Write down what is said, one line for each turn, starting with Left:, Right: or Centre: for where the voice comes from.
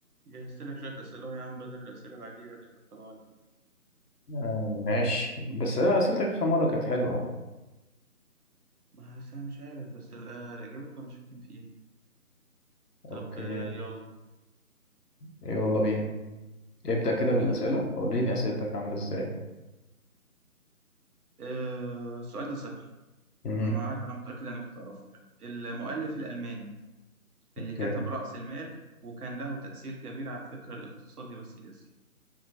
Right: جهزت لك شوية أسئلة أهو يا عم بدل الأسئلة العجيبة اللي كانت طالعة دي
Left: آه ماشي بس أنا أسئلتك آخر مرة كانت حلوة
Right: ما بس أنا مش عارف بس ال- آه، الإجابات كنا شاكين فيها
Left: أوكي
Right: طب آه، يلا
Left: يلا بينا ابدأ كده
Right: آه،
Left: بالأسئلة وريني أسئلتك عاملة إزاي
Right: آه، السؤال ده سهل
Left: مم.
Right: أنا عارف أنا متأكد إنك هتعرفه يعني المؤلف الألماني
Left: أوكي
Right: اللي كتب رأس المال وكان له تأثير كبير على الفكر الاقتصادي والسياسي